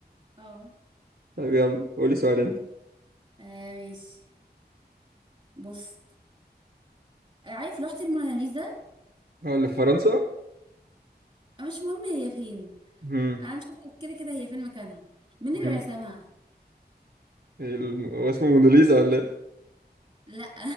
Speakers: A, on the right; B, on the right.
A: اه
B: طب يلا قولي سؤال أنت
A: آه، ماشي بص عارف لوحة الموناليزا
B: هو اللي في فرنسا
A: مش مهم هي فين
B: مم.
A: انا مش هسأل كده كده هي فين مكانها مين
B: مم.
A: اللي رسمها
B: إيه الم- هو اسمه موناليزا ولا إيه؟
A: لا